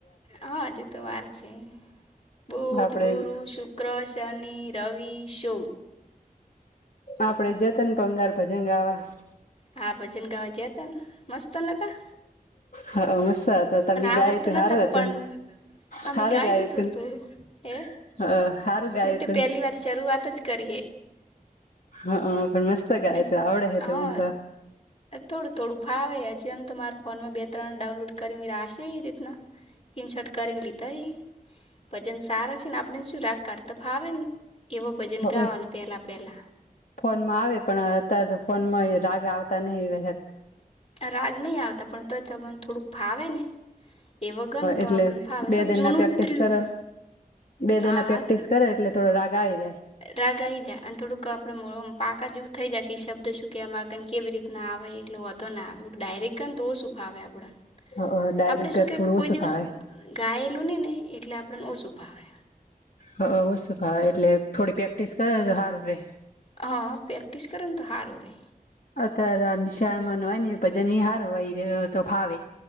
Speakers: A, on the left; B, on the left.
A: હા આજે તો વાર છે બુધ
B: આપડે
A: ગુરુ શુક ક્રશની રવિ શો
B: આપડે જતન પમદાર ભજંગ ગાવા
A: હા ભજન ગાવા જયા હતા મસ્તને હતા
B: હા મસ્ત હતોી
A: આવડતું
B: ગાય તો હારવત
A: નતા પણ અમે
B: સારું
A: ગાય
B: ગાયત
A: તો થોડું
B: હ
A: થોડું હે
B: સારું ગાયત
A: મે તો પહેલી વાર શરૂઆત જ કરીએ
B: હા પણ મસ્ત ગાય
A: મેં
B: તો આવડ હ તો
A: હા
B: મન તો
A: થોડું થોડું ફાવે હજ એમ તો મારા ફોનમાં બે ત્રણ ડાઉનલોડ કરીશે એ રીતના કિન શર્ટ કરીને લીધય વજન સારા છે ને આપણેને શું રાગ કાઢ તો ફાવેને એવો ભજન
B: હ
A: ગાવાનું પહેલાં પહેલાં
B: ફોન માં આવે પણ અત્યારે તો ફોન માં રાગ આવતા નહિ વ
A: રાગ નહીં આવતા પણ તો તને થોડુંક ફાવે ને એ વગર તો
B: એટલે
A: આપણે ફાવે
B: બે
A: શ
B: દિન
A: જૂનું
B: ના પ્રેક્ટિસ
A: ત્રીય
B: કરે બે દિન
A: હા
B: ના
A: હાેક્ટ
B: પ્રેક્ટિસ એટલે
A: કરે
B: થોડો રાગ આવી
A: રાગ આવી જાય અને થોડુંક આપડ પાકા જેવું થઈ જાય કે શબ્દ શું ક એમાં આવેને કેવી રીતના આવે એટલે વધો ના આવે એ ડાયરેક્ટ ચન તો સૂફાવે આપણ
B: જાય ડાયરેક્ટ
A: આપણે શું કે
B: થોડું
A: કોઈ
B: ઓછું
A: દિવસ
B: ફાવે
A: ગાયેલું હી ને એટલે આપણને ઓછું ફાવે
B: હ ઓ શું ભાવ એટલે થોડી પ્રેક્ટિસ કરે તો સારું રે
A: હા પ્રેક્ટિસ કરંત હારરે
B: અત્યારે નિશાળમાં હોય ને પજન હાર હોય તો ફાવે